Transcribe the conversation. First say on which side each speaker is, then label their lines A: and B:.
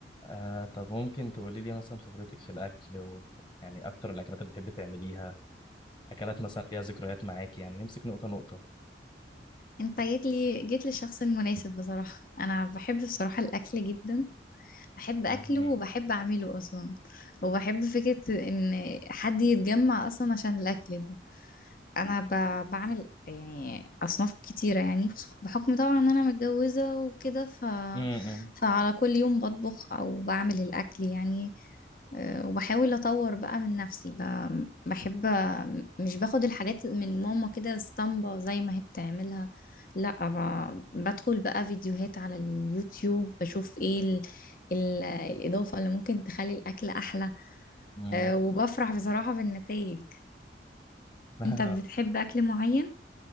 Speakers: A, on the left; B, on the left.
A: آه طب ممكن تقولي لي مثلا خبرتك في الأكل و... يعني أكتر الأكلات اللي بتحبي تعمليها أكلات مثلا ليها ذكريات معاكي يعني نمسك نقطة نقطة
B: انت جيت لي جيت للشخص المناسب بصراحة انا بحب بصراحة الاكل جدا بحب اكله
A: مم.
B: وبحب اعمله اصلا وبحب فكرة ان حد يتجمع اصلا عشان الاكل ده انا ب... بعمل يعني اصناف كتيره يعني بخص- بحكم طبعا ان انا متجوزه وكده ف...
A: مم.
B: فعلى كل يوم بطبخ او بعمل الاكل يعني آه، وبحاول اطور بقى من نفسي ب... بحب مش باخد الحاجات من ماما كده اسطمبة زي ما هي بتعملها لا ب... بدخل بقى فيديوهات على اليوتيوب بشوف ايه ال... ال... الاضافه اللي ممكن تخلي الاكل احلى
A: مم.
B: آه، وبفرح بصراحه بالنتائج
A: <laughs> لا
B: انت
A: أنا
B: بتحب اكل معين